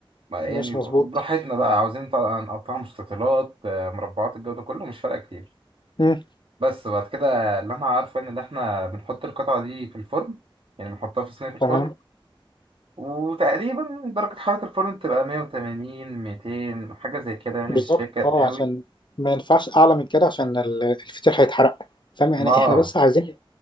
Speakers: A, on the right (about 75°); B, on the left (about 55°).
A: ما- يعني
B: ماشي مظبوط
A: براحتنا بقى عاوزين طبعاً نقطعها مستطيلات آه، مربعات الجو ده كله مش فارقه كتير
B: مم.
A: بس بعد كده اللي انا عارفه ان اللي احنا بنحط القطعه دي في الفرن يعني بنحطها في صينيه في الفرن
B: تمام
A: وتقريبا درجة حرارة الفرن بتبقى 180 200 حاجة زي كده يعني
B: بالظبط
A: مش فاكر
B: اه
A: قوي
B: عشان ما ينفعش اعلى من كده عشان ال- الفطير هيتحرق فاهم يعني
A: اه
B: احنا بس عايزين